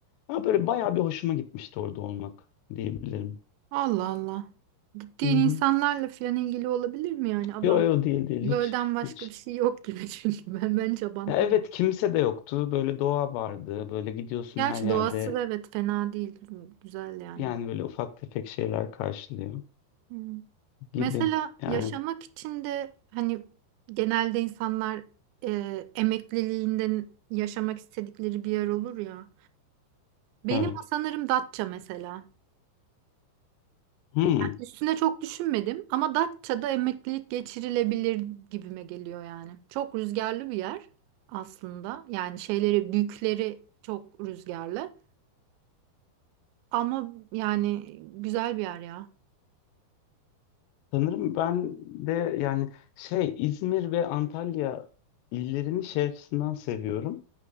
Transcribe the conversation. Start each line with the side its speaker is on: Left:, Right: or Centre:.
Left: Ama böyle bayağı bir hoşuma gitmişti orada olmak diyebilirim.
Right: Allah Allah. Gittiğin
Left: Hı hı.
Right: insanlarla filan ilgili olabilir mi yani?
Left: Yo yo değil değil
Right: Gölden
Left: hiç
Right: başka
Left: hiç.
Right: bir şey yok gibi <laughs> çünkü ben ben Abant'tan.
Left: Ya evet kimse de yoktu. Böyle doğa vardı. Böyle gidiyorsun
Right: Gerçi
Left: her yerde
Right: doğası da evet fena değil. Güzel yani.
Left: yani böyle ufak tefek şeyler karşılıyor
Right: Hmm.
Left: gibi.
Right: Mesela
Left: Yani
Right: yaşamak için de hani genelde insanlar e, emekliliğinden yaşamak istedikleri bir yer olur ya. Benim
Left: evet.
Right: sanırım Datça mesela.
Left: Hmm.
Right: Üstüne çok düşünmedim ama Datça'da emeklilik geçirilebilir gibime geliyor yani. Çok rüzgarlı bir yer aslında. Yani şeyleri, büyükleri çok rüzgarlı. Ama yani güzel bir yer ya.
Left: Sanırım ben de yani şey İzmir ve Antalya illerini şey açısından seviyorum.